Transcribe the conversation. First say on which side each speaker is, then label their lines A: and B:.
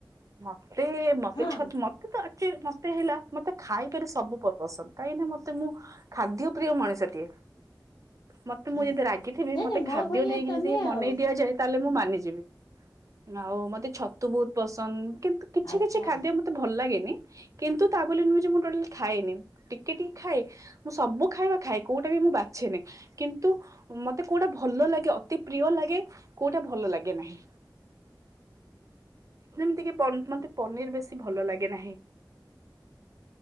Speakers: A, on the right; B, on the left.
A: ମତେ ମତେ
B: ହଁ
A: ଛ ମତେ ତ ଆକଚୁଏଲି ମତେ ହେଲା ମତେ ଖାଇବାରେ ସବୁ ପସନ୍ଦ କାହିଁକିନା ମତେ ମୁଁ ଖାଦ୍ୟ ପ୍ରିୟ ମଣିଷଟିଏ ମତେ
B: ହଁ।
A: ମୁଁ ଯଦି ରାଗିଥିବି
B: ନାଇଁ
A: ମତେ
B: ନାଇଁ ମୋ
A: ଖାଦ୍ୟ
B: ଭଳିଆ
A: ଦେଇକି
B: ତମେ
A: ଯଦି
B: ଆଉ
A: ଯା ତାହେଲେ ମୁଁ ମାନିଯିବି ଆଉ ମତେ ଛତୁ ବହୁତ ପସନ୍ଦ କିନ୍ତୁ କିଛି
B: ଆଚ୍ଛା
A: କିଛି ଖାଦ୍ୟ ମତେ ଭଲ ଲାଗେନି। କିନ୍ତୁ ତା ବୋଲି ନୁହେଁ ଯେ ମୁ ଟୋଟାଲି ଖାଏନି ଟିକେ ଟିକେ ଖାଏ ମୁଁ ସବୁ ଖାଇବା ଖାଏ କୋଉଟା ବି ମୁଁ ବାଛେନି କିନ୍ତୁ ମତେ କୋଉଟା ଭଲ ଲାଗେ ଅତି ପ୍ରିୟ ଲାଗେ କୋଉଟା ଭଲ ଲାଗେ ନାହିଁ। ଯେମିତିକି ପ ମତେ ପନିର ବେଶୀ ଭଲ ଲାଗେ ନାହିଁ।